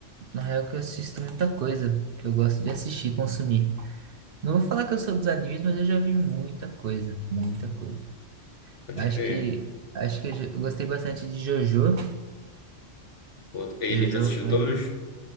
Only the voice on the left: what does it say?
Pode
crer.
Outro... E,
e tu assistiu
todos?